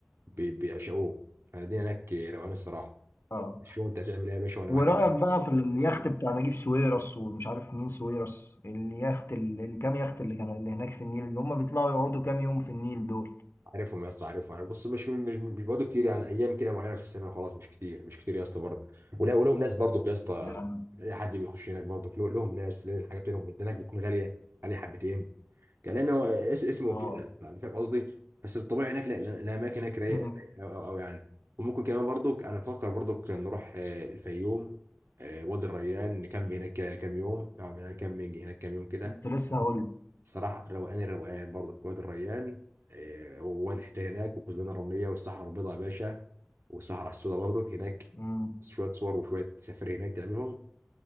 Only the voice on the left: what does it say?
اه
ورأيك
بقى في اليخت بتاع نجيب ساويرس ومش عارف مين ساويرس اليخت ال- الكام يخت اللي كان اللي هناك في النيل اللي هم بيطلعوا يقعدوا كام يوم في النيل دول
نعم
اه
مم.
كنت لسه
هقول لك
مم.